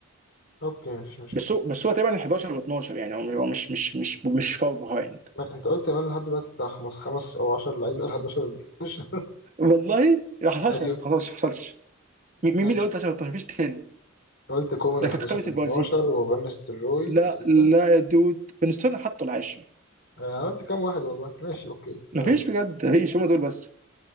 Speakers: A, on the left; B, on the right.
A: اوكي مفيش مشاكل
B: بس هو بس هو تقريبا 11 و 12 يعني هو هو مش مش مش مش فار بيهايند
A: ما انت قلت كمان لحد دلوقتي بتاع خمس خمس او 10 لعيبه ال 11 ال 12
B: والله ما حصلش
A: <laughs> ايوه
B: ما حصلش ما حصلش مين مين
A: ماشي
B: اللي قلت عشان 13 مفيش تاني
A: قلت كومان
B: ده
A: ال
B: كانت
A: 11
B: قائمه
A: ال
B: البرازيل
A: 12 وفان نيستلروي
B: لا
A: تقريبا
B: لا يا دود بنستون حطوا العاشر
A: آه قلت كام واحد والله ماشي اوكي
B: مفيش
A: انا اسف
B: بجد مفيش هم دول بس